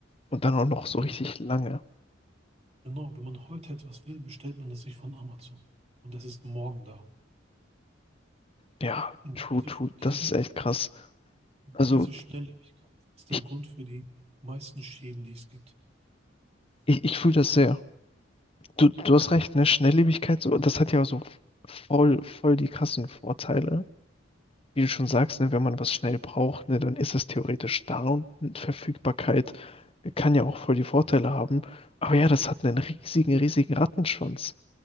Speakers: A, on the left; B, on the right.
A: Und dann auch noch
B: Wenn
A: so
B: man,
A: richtig lange.
B: genau, wenn man heute etwas will, bestellt man das sich von Amazon. Und es ist morgen da.
A: Ja,
B: Und
A: true,
B: diese,
A: true. Das
B: diese,
A: ist echt krass.
B: diese
A: Also,
B: Schnelllebigkeit ist
A: ich,
B: der Grund für die meisten Schäden, die es gibt.
A: ich, ich fühle das sehr. Du, du hast recht, ne? Schnelllebigkeit, so, das hat ja so voll, voll die krassen Vorteile. Wie du schon sagst, ne, wenn man was schnell braucht, ne, dann ist es theoretisch da und Verfügbarkeit kann ja auch voll die Vorteile haben. Aber ja, das hat einen riesigen, riesigen Rattenschwanz